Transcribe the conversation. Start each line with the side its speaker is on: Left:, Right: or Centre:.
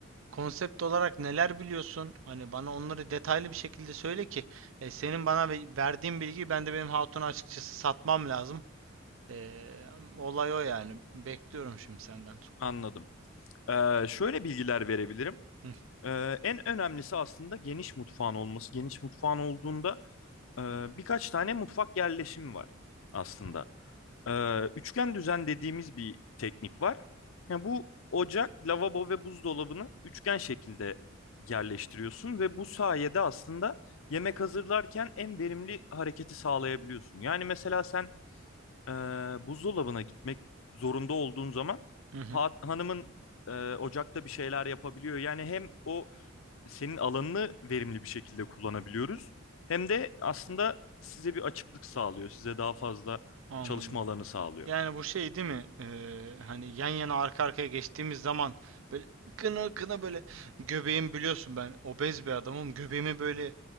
Right: konsept olarak neler biliyorsun? Hani bana onları detaylı bir şekilde söyle ki e, senin bana ve- verdiğin bilgiyi ben de benim hatuna açıkçası satmam lazım. E, olay o yani. Bekliyorum şimdi senden.
Left: Anladım. Ee, şöyle bilgiler verebilirim.
Right: Hı,
Left: Ee, en önemlisi aslında geniş mutfağın olması. Geniş mutfağın olduğunda e, birkaç tane mutfak yerleşimi var aslında. Ee, üçgen düzen dediğimiz bir teknik var. Yani bu ocak, lavabo ve buzdolabını üçgen şekilde yerleştiriyorsun ve bu sayede aslında yemek hazırlarken en verimli hareketi sağlayabiliyorsun. Yani mesela sen e, buzdolabına gitmek zorunda olduğun zaman
Right: hı hı,
Left: ha- hanımın e, ocakta bir şeyler yapabiliyor. Yani hem o senin alanını verimli bir şekilde kullanabiliyoruz hem de aslında size bir açıklık sağlıyor, size daha fazla
Right: anladım.
Left: çalışma alanı sağlıyor.
Right: Yani bu şey değil mi? E, hani yan yana arka arkaya geçtiğimiz zaman böyle kına kına böyle göbeğim biliyorsun ben obez bir adamım. Göbeğimi böyle